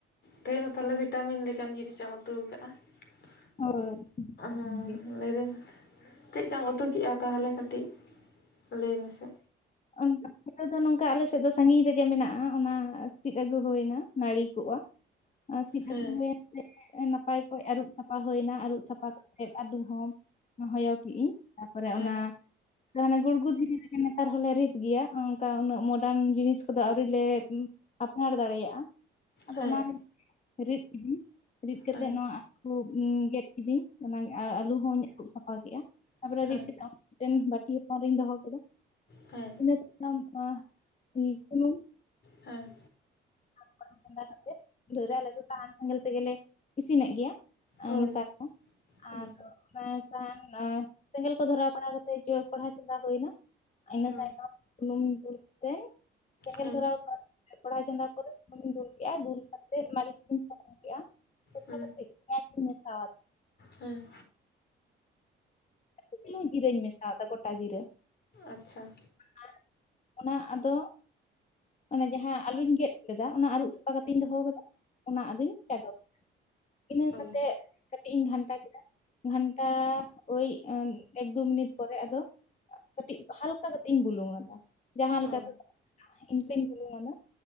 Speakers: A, on the left; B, on the left.
A: ᱛᱮᱦᱮᱧ ᱫᱚ ᱛᱟᱦᱟᱞᱮ ᱵᱷᱤᱴᱟᱢᱤᱱ ᱞᱮᱠᱟᱱ ᱡᱤᱱᱤᱥᱮᱢ ᱩᱛᱩ ᱠᱟᱫᱟᱹ
B: ᱦᱳᱭ
A: ᱾ ᱦᱮᱸ
B: ᱜᱮ
A: ᱞᱟᱹᱭᱫᱟᱧ ᱪᱮᱫᱠᱟᱢ ᱩᱛᱩ ᱠᱮᱫᱼᱟ ᱛᱟᱦᱚᱞᱮ ᱠᱟᱴᱤᱡ ᱞᱟᱹᱭ ᱢᱮᱥᱮ?
B: ᱚᱱᱠᱟ <inaudible> ᱫᱚ ᱱᱚᱝᱠᱟ ᱟᱞᱮᱥᱮᱫ ᱫᱚ ᱥᱟᱸᱜᱤᱧ ᱨᱮᱜᱮ ᱢᱮᱱᱟᱜᱼᱟ ᱚᱱᱟ ᱥᱤᱫ ᱟᱹᱜᱩ ᱦᱩᱭᱮᱱᱟ ᱱᱟᱹᱲᱤ ᱠᱚᱜᱼᱟ ᱟᱨ ᱥᱤᱫ
A: ᱦᱮᱸ
B: ᱟᱹᱜᱩ ᱦᱩᱭᱮᱱᱛᱮ ᱱᱟᱯᱟᱭ ᱚᱠᱚᱡ ᱟᱹᱨᱩᱵ ᱥᱟᱯᱷᱟ ᱦᱩᱭᱱᱟ ᱟᱹᱨᱩᱵ ᱥᱟᱯᱷᱟ ᱠᱟᱛᱮᱫ ᱟᱹᱞᱩ ᱦᱚ ᱦᱚᱭᱚ ᱠᱤᱜᱟᱹᱧ ᱛᱟᱯᱚᱨᱮ
A: ᱦᱮᱸ
B: ᱚᱱᱟ ᱟᱫᱚ ᱜᱩᱲᱜᱩ ᱫᱷᱤᱨᱤ ᱨᱮᱜᱮ ᱱᱮᱛᱟᱨ ᱦᱚᱞᱮ ᱨᱤᱛ ᱜᱮᱭᱟ ᱚᱱᱠᱟ ᱩᱱᱟᱹᱜ ᱢᱚᱰᱟᱨᱱ ᱡᱤᱱᱤᱥ ᱠᱚᱫᱚ ᱟᱹᱣᱨᱤ ᱞᱮ ᱟᱯᱱᱟᱨ ᱫᱟᱲᱮᱭᱟᱜᱼᱟ᱾ ᱟᱫᱚ
A: ᱦᱮᱸ
B: ᱚᱱᱟᱨᱮᱧ ᱨᱤᱫ ᱠᱤᱫᱤᱧ ᱨᱤᱫ ᱠᱟᱛᱮᱫ
A: ᱦᱮᱸ
B: ᱱᱚᱣᱟ ᱟᱞᱩ ᱜᱮᱫ ᱠᱤᱫᱟᱹᱧ ᱚᱱᱟ ᱟᱞᱩ ᱦᱚᱸᱧ ᱟᱨᱩᱯ ᱥᱟᱯᱷᱟ ᱠᱮᱜᱼᱟ ᱛᱟᱯᱚᱨᱮ
A: ᱦᱮᱸ
B: ᱨᱤᱫ ᱡᱟᱛᱮᱫ ᱟᱨ ᱢᱤᱫᱴᱮᱱ ᱵᱟᱹᱴᱤ ᱦᱚᱯᱚᱱ ᱨᱤᱧ ᱫᱚᱦᱚ ᱠᱮᱫᱟ᱾
A: ᱦᱮᱸ
B: <unintelligible>
A: ᱦᱮᱸ
B: ᱠᱚᱲᱦᱟ ᱪᱚᱸᱫᱟ ᱠᱟᱛᱮ ᱫᱷᱚᱨᱟᱣ ᱟᱞᱮ ᱫᱚ ᱥᱟᱦᱟᱱ ᱥᱮᱸᱜᱮᱞ ᱛᱮᱜᱮᱞᱮ ᱤᱥᱤᱱᱮᱫ ᱜᱮᱭᱟ᱾ ᱟᱨ
A: ᱦᱳᱭ
B: ᱱᱮᱛᱟᱨ ᱫᱚ
A: ᱦᱮᱸ
B: ᱟᱫᱚ ᱚᱱᱟ ᱥᱟᱦᱟᱱ ᱥᱮᱸᱜᱮᱞ ᱠᱚ ᱫᱷᱚᱨᱟᱣ ᱵᱟᱲᱟ ᱠᱟᱛᱮᱫ ᱡᱚ ᱠᱚᱲᱦᱟ ᱪᱚᱸᱫᱟ ᱦᱩᱭᱱᱟ᱾ ᱤᱱᱟᱹ
A: ᱦᱮᱸ
B: ᱛᱟᱭᱱᱚᱢ ᱥᱩᱱᱩᱢ ᱫᱩᱞ ᱠᱟᱛᱮᱱ ᱥᱮᱸᱜᱮᱞ
A: ᱦᱮᱸ
B: ᱫᱷᱚᱨᱟᱣ ᱠᱟᱛᱮ ᱠᱚᱲᱦᱟ ᱪᱚᱸᱫᱟ ᱠᱟᱛᱮ ᱛᱟᱨᱯᱚᱨᱮ ᱥᱩᱱᱤᱧ ᱫᱩᱞ ᱠᱮᱼᱟ ᱫᱩᱞ ᱠᱟᱛᱮᱫ ᱢᱟᱹᱨᱤᱪ ᱠᱩᱧ ᱯᱷᱟᱲᱟᱱ ᱠᱮᱫᱼᱟ᱾ ᱚᱱᱠᱟ
A: ᱦᱮᱸ
B: ᱠᱟᱛᱮ ᱯᱤᱭᱟᱡ ᱤᱧ ᱢᱮᱥᱟᱣ ᱟᱫᱟ
A: ᱦᱮᱸ
B: ᱪᱤᱞᱩ ᱪᱩᱞᱩᱝ ᱡᱤᱨᱟᱹᱧ ᱢᱮᱥᱟᱣ ᱟᱫᱟ ᱜᱚᱴᱟ ᱡᱤᱨᱟᱹ᱾
A: ᱟᱪᱷᱟ
B: ᱟᱨ ᱚᱱᱟ ᱟᱫᱚ ᱚᱱᱟ ᱡᱟᱦᱟᱸ ᱟᱞᱩᱧ ᱜᱮᱫ ᱞᱮᱫᱟ ᱚᱱᱟ ᱟᱹᱨᱩᱵ ᱥᱟᱯᱷᱟ ᱠᱟᱛᱮᱧ ᱫᱚᱦᱚᱣ ᱠᱟᱫᱟᱹ ᱾ ᱚᱱᱟ ᱟᱫᱩᱧ ᱪᱟᱰᱚ ᱠᱟᱫᱟ ᱤᱱᱟᱹ
A: ᱚ
B: ᱠᱟᱛᱮᱜ ᱠᱟᱹᱴᱤᱡ ᱤᱧ ᱜᱷᱟᱱᱴᱟ ᱠᱮᱫᱟ ᱜᱷᱟᱱᱴᱟ... ᱳᱭ ᱮᱠ ᱫᱩ ᱢᱤᱱᱤᱴ ᱯᱚᱨᱮ ᱟᱫᱚ ᱠᱟᱹᱴᱤᱡ ᱦᱟᱞᱠᱟ ᱠᱟᱛᱤᱧ ᱵᱩᱞᱩᱝ ᱟᱫᱟ᱾ ᱡᱟᱦᱟ ᱞᱮᱠᱟ
A: ᱚ
B: ᱛᱮ ᱟᱫᱟᱼᱟ ᱤᱱᱠᱟᱹᱧ ᱵᱩᱞᱩᱝ ᱟᱫᱚ